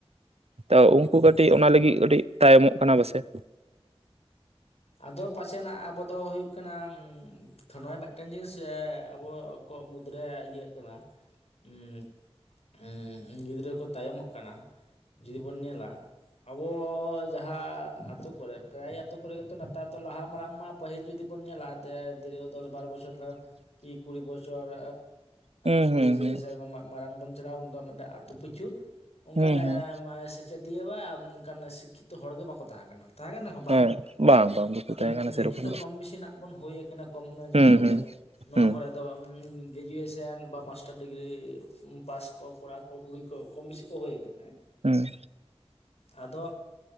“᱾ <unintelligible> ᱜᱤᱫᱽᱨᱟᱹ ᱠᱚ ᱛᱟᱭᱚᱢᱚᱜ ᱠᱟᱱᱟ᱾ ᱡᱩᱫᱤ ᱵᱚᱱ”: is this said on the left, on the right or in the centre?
Left